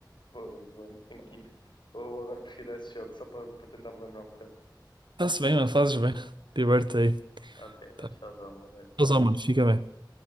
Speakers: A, on the left; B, on the right.
A: Vou indo, vou indo, tenho que ir. Vou agora pesquisar esse jogo só para para tentar me lembrar um bocado.
B: Está-se bem, mano. Fazes bem. Diverte aí.
A: Ok, mano.
B: Tá.
A: Tchauzão. Boa noite.
B: Tchauzão, mano. Fica bem.